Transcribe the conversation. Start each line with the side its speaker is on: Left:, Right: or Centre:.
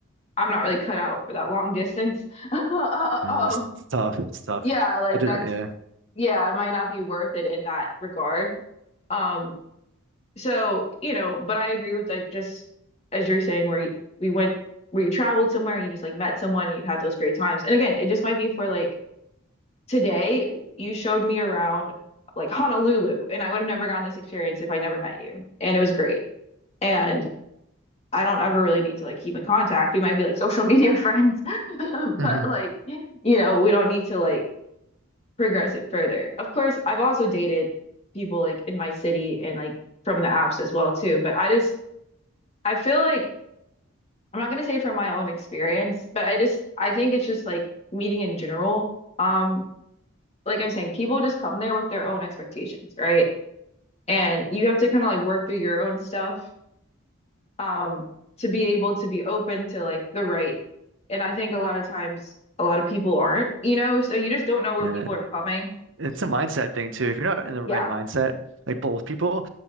Left: I'm not really cut out for that long distance. <laughs>
Right: No,
Left: Um,
Right: it's it's tough. It's tough.
Left: yeah, like
Right: I did
Left: that's,
Right: it. Yeah.
Left: yeah, it might not be worth it in that regard. Um, so, you know, but I agree with like just as you're saying, where we went, where you traveled somewhere and you just like met someone and you have had those great times. And again, it just might be for like, today you showed me around like Honolulu, and I would have never gotten this experience if I never met you. And it was great. And I don't ever really need to like keep in contact. We might be like social media friends, <laughs> but
Right: hmm
Left: like, you know, we don't need to like progress it further. Of course, I've also dated people like in my city and like from the apps as well too, but I just I feel like I'm not gonna say from my own experience, but I just I think it's just like meeting in general. Um, like I'm saying, people just come there with their own expectations, right? And you have to kind of like work through your own stuff um to be able to be open to like the right. And I think a lot of times a lot of people aren't, you know, so you just don't know where
Right: Yeah.
Left: people are coming.
Right: It's a mindset thing too. If you're not in the
Left: Yeah.
Right: right mindset, like both people